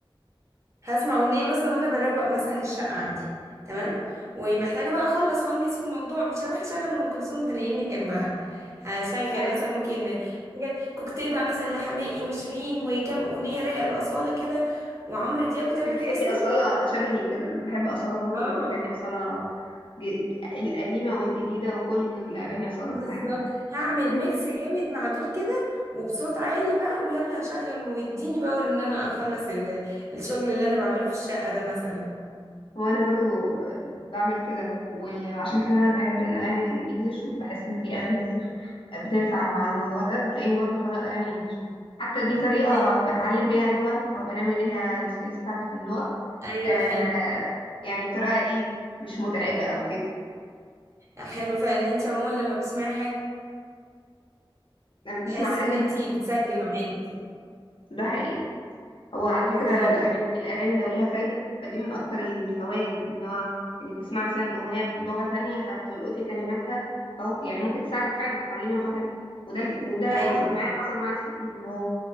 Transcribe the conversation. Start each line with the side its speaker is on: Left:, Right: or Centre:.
Right: هسمع اغنيه مثلا وانا بروق مثلا الشقه عندي تمام ومحتاجه بقى اخلص وانجز في الموضوع مش هروح اشغل ام كلثوم تنيمني جنبها هشغل
Left: انت
Right: مثلا ممكن حاجة- كوكتيل بقى مثلا لحماقي وشيرين وكام اغنيه رايقه لاصاله كده وعمرو دياب وتامر
Left: بتحبي
Right: حسني
Left: أصالة شبهي كده انا بحب أصالة برضو
Right: اه
Left: اغاني أصالة ج- ج- القديمة والجديدة وكل الأغاني أصالة
Right: بالظبط
Left: بحبها
Right: هعمل
Left: <laughs>
Right: ميكس جامد مع دول كده وبصوت عالي بقى ويلا هشغل ويديني باور ان انا اخلص ال- الشغل اللي انا بعمله في الشقه ده مثلا
Left: وأنا برضو بعمل كده وعشان كده أنا بحب الأغاني الإنجليش وبحس إن في أغاني كتير بتنفع مع الموضوع ده بتلاقيني برضو بشغل أغاني إنجليش حتى دي طريقة
Right: ايوه
Left: بتعلم بيها اللغة أو بنمي بيها السكيلز بتاعتي في اللغة
Right: ايوه
Left: آه
Right: حلو
Left: يعني بطريقة إيه مش متعبة أو كده
Right: حلو فعلا انت عموما لما بتسمعي حاجه
Left: لما تسمع
Right: تحس
Left: حاجة
Right: ان انتي بتسجل معاكي
Left: ده حقيقي هو على فكرة
Right: بالظبط
Left: الأغاني الأغاني لو ليها فايدة فدي من أكتر الفوائد إن هو إنك تسمع مثلا أغنية بلغة تانية فتلقطي كلماتها أو يعني ممكن تساعدك فعلا تتعلمي لغة تانية وده ال- وده
Right: ايوه
Left: حصل معايا حصل مع ناس كتير إن هو